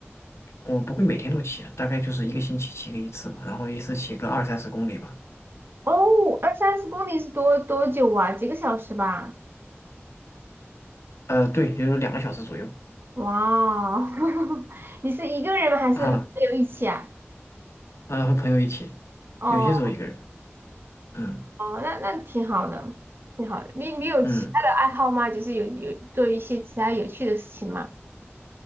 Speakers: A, on the left; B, on the right.
A: 我不会每天都骑啊大概就是一个星期骑个一次吧，然后一次骑个二三十公里吧，
B: 哦，二三十公里是多多久啊？几个小时吧？
A: 呃，对，也就是两个小时左右
B: 哇哦，<laughs> 你是一个人吗还是和朋友一起啊？
A: 啊，啊，和朋友一起，
B: 哦，
A: 有些时候一个人，嗯
B: 那那挺好的，挺好的。你你有其他的爱好吗？
A: 嗯。
B: 就是有有做一些其他有趣的事情吗？